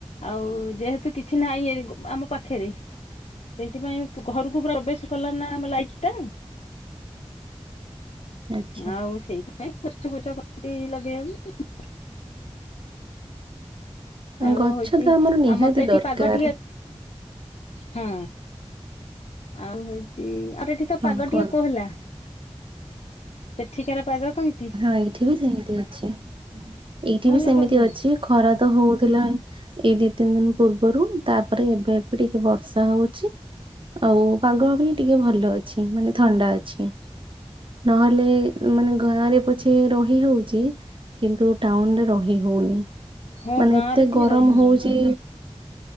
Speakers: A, on the left; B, on the right.
A: ଆଉ ଯେହେତୁ କିଛି ନାହିଁ ଆମ ପାଖରେ ସେଇଥିପାଇଁ ଘରକୁ ପୁରା ପ୍ରବେଶ କଲା ନା ଆମ ଲାଇଟ ଟା
B: ଆଚ୍ଛା
A: ଆଉ ସେଇଥି ପାଁୟୀ ପଛ ଫଛ କରି ଲଗେଇବାକୁ ଆଉ
B: ଗଛ
A: ହଉଛି
B: ତ ଆମର ନିହାତି
A: ତ ଏଠି
B: ଦରକାର
A: ପାଗ ଟିକେ ହଁ ଆଉ ହଉଛି। ଆର ଏଠି ତ
B: ହଁ
A: ପାଗ
B: କୁହନ୍ତୁ
A: ଟିକେ କୋହ ହେଲା। ସେଠିକାର ପାଗ କେମିତି?
B: ହଁ ଏଇଠି ବି ସେମିତି ଅଛି। ଏଇଠି
A: ଭଲ
B: ବି ସେମିତି
A: ପାଗ ହେଇଛି
B: ଅଛି ଖରା ତ ହଉଥିଲା ଏଇ ଦିଇ। ତିନି ଦିନ ପୂର୍ବରୁ ତାପରେ ଏବେ ଏବେ ଟିକେ ବର୍ଷା ହଉଛି। ଆଉ ପାଗ ଅପେକ୍ଷା ଟିକେ ଭଲ ଅଛି ମାନେ ଥଣ୍ଡା ଅଛି ନହେଲେ ମାନେ। ଗାଁ ରେ ପଛେ ରହି ହେଉଛି କିନ୍ତୁ ଟାଉନ ରେ ରହି ହଉନି।
A: ହଁ
B: ମାନେ
A: ଗାଁ
B: ଏତେ
A: ରେ ଟିକେ
B: ଗରମ
A: ରହିହବନି।
B: ହଉଛି।